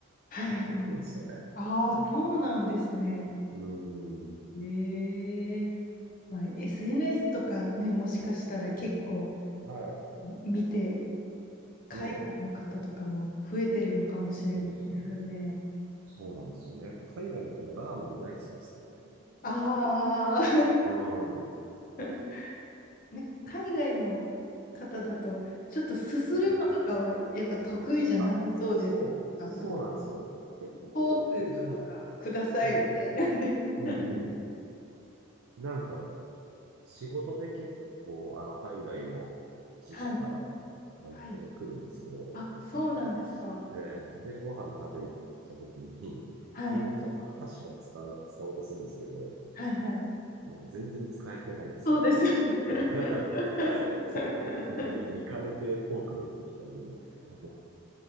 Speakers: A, on the left; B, on the right.
A: はいはい。
B: 結構来るんですよね。
A: ああ、
B: そ
A: そうなんですね。
B: う。うーん。
A: ええまあ、SNS とかね、もしかしたら結構
B: は
A: 見て、海外の方とかも増えてるのかもしれないですよね。
B: い。ねえ。そうそう。そうなんですよね。やっぱ海外の人もラーメン大好きですからね。
A: ああ。
B: うん。
A: <laughs> なんか海外の方だと、ちょっとすするのとかはやっぱ得意じゃなさそうです。
B: うん。あ、そう、
A: 多分ね。
B: そうなんですよ。結構、
A: フォークとかくださいみたいなんで。
B: 私あの、そうなんですよね。うんうん。
A: <laughs>
B: なんか、仕事で結構、あの、海外の支社から、
A: はい。
B: あの、
A: はい。
B: 人が来るんですけど、
A: あ、
B: 私のとこ。
A: そうなんですか。
B: ええで、ご飯食べ行った時に、
A: はい。
B: みんなちゃんと箸は使う、使おうとするんですけど、
A: はいはい。
B: もう全然使えてないんですよね、
A: そうですよね。
B: 箸。
A: <laughs>
B: <laughs> でも、もう見、見かねてフォーク持ってきてあげるよって言って。